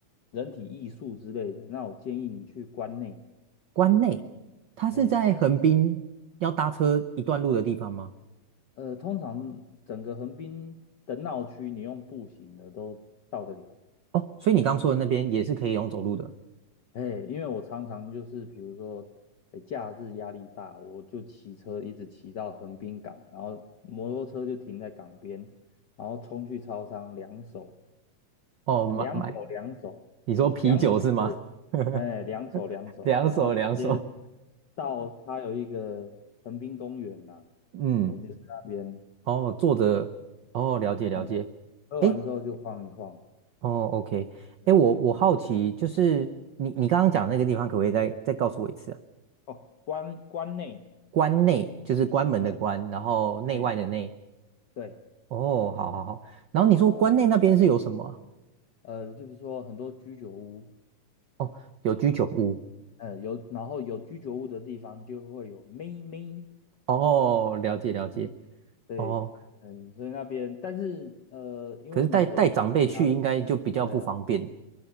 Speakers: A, on the left; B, on the right.
A: 人体艺术之类的，那我建议你去关内，
B: 关内，它是在横滨要搭车一段路的地方吗？
A: 嘿，呃，通常整个横滨的闹区，你用步行的都到得了。
B: 哦，所以你刚说的那边也是可以用走路的。
A: 哎，因为我常常就是比如说，哎，假日压力大，我就骑车一直骑到横滨港，然后摩托车就停在港边，然后冲去超商，两手
B: 哦，买买，
A: 呃两手两手，
B: 你说啤酒是吗？
A: 哎，两手是哎两手两手，
B: <laughs> 两手两手，
A: 然后直接到它有一个横滨公园呐、
B: <laughs> 嗯，
A: 哎，就是那边，
B: 哦，坐着，哦，了解了解，
A: 嗯，喝完之后就晃一晃，
B: 诶，哦，OK，
A: 对
B: 诶，我我好奇，就是你你刚刚讲那个地方，可不可以再再告诉我一次啊？
A: 哦，关关内，
B: 关内就是关门的关，
A: 嗯，
B: 然后内外的内，
A: 哎，对，
B: 哦，好好好，然后你说关内那边是有什么啊
A: 然后呃，就是说很多居酒屋，
B: 哦，有居酒屋，
A: 呃，有，然后有居酒屋的地方就会有妹妹，
B: 哦，了解了解，
A: 嗯，对，
B: 哦，
A: 嗯，所以那边，但是呃，因为你说有家人，
B: 可是带带长辈去应该就比较不方便。
A: 对啊，